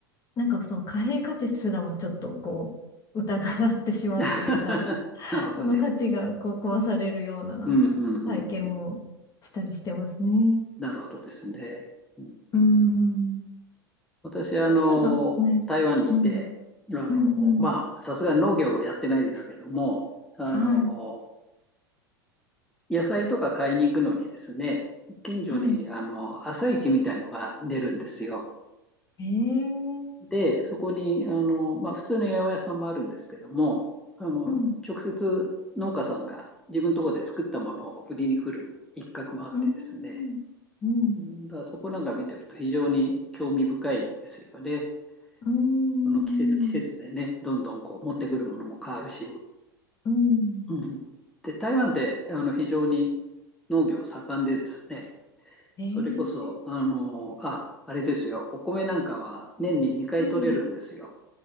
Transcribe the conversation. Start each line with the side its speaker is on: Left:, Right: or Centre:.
Left: なんかその貨幣価値すらもちょっとこう、疑ってしまうというか、
Centre: <laughs> なるほどね。
Left: その価値がこう壊されるような体験もしたりしてますね。
Centre: うん、うん、うん、うん。なるほどですね。うん、
Left: うん。
Centre: 私、あの、
Left: 松村さん、ね、
Centre: 台湾にいて、
Left: うん、
Centre: あの、
Left: うん、うん。
Centre: まあ、さすがに農業はやってないですけども、あの、
Left: はい、
Centre: 野菜とか買いに行くのにですね、近所に、
Left: はい。
Centre: あの、朝市みたいのが出るんですよ。
Left: ええ
Centre: で、そこに、あの、まあ、普通の八百屋さんもあるんですけども、あの、
Left: うん、
Centre: 直接農家さんが自分のところで作ったものを売りに来る一角もあってですね、
Left: うん、うん、
Centre: だからそこなんか見てると非常に興味深いですよね。
Left: うん、
Centre: その季節季節でね、どんどんこう持ってくるものも変わるし、
Left: うん。
Centre: うんで、台湾ってあの非常に農業盛んでですね、
Left: ええ
Centre: それこそ、あの、あ、あれですよ、お米なんかは年に2回取れるんですよ。
Left: うん。